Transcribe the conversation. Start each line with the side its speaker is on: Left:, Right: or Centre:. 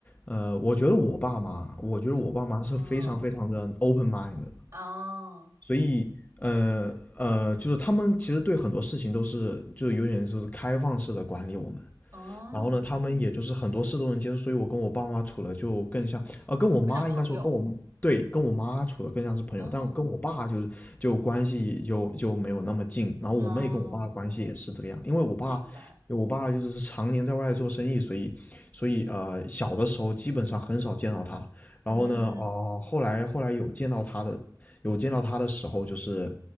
Left: 呃，我觉得我爸妈，我觉得我爸妈是非常非常的
Right: 就嗯
Left: open mind 的，
Right: 啊
Left: 一呃呃，就是他们其实对很多事情都是就有点就是开放式的管理我们，
Right: 哦，
Left: 然后呢，他们也就是很多事都能接受，所以我跟我爸妈处的就更像，呃，跟我妈应该说跟我对跟我妈处的更像是朋友，
Right: 跟你讲朋友，哦
Left: 但跟我爸就是就关系就就没有那么近。然后我妹跟我爸的关系也是这个样，
Right: 哦，
Left: 因为我爸我爸就是常年在外做生意，
Right: 明白，
Left: 所以所以呃小的时候基本上很少见到他。然后呢，
Right: 嗯
Left: 哦、后来后来有见到他的有见到他的时候，就是